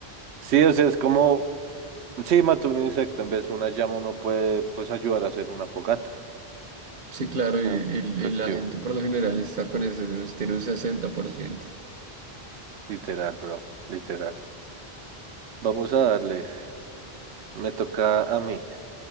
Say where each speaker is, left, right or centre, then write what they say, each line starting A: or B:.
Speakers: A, on the right; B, on the right.
A: Sí, o sea, es como, sí, mató un insecto, en vez de una llama uno puede, pues, ayudar a hacer una fogata.
B: Sí, claro, y,
A: No,
B: y-
A: no es efectivo.
B: y la gente por lo general está con ese, tiene un sesenta por ciento
A: Literal, bro, literal. Vamos a darle. Me toca a mí.